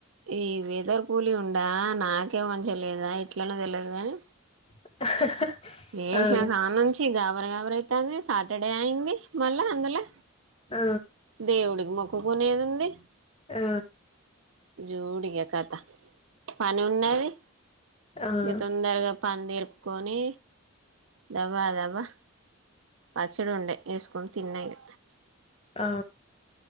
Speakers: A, on the right; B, on the left.
A: ఈ వెదర్ కూలి ఉండా నాకే మంచిగా లేదా ఇట్లన తెలియదు గాని
B: <inaudible>
A: <unintelligible>
B: ఆ
A: గాబర గాబర అయితాంది సాటర్డే అయింది మళ్ళా అందులో
B: ఆ
A: దేవుడికి మొక్ ఒకునేదుంది
B: ఆ
A: జూడిగా కథ పని ఉన్నావి
B: ఆ
A: ఇ తొందరగా పందిరు కొని దబా దబా పచ్చడి ఉండే వేసుకొని తిన్నాయి
B: ఆ